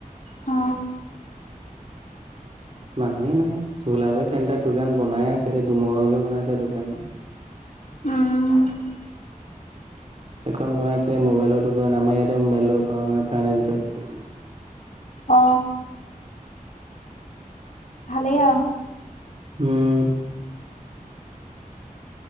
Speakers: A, on the left; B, on the right.
A: অ।
B: মানুহেই নাই চোলাবৰী চেণ্টাৰত দোকান বনাই আছে এতিয়া দুমহলকে বনাইছে দোকান
A: উম,
B: খন বনাইছে মোবাইলৰ দোকান আমাৰ ইয়াতে মোবাইল ল'ব পাৰ মানে ফাইনেন্সত।
A: অ অ ভালেই আৰু।
B: উম।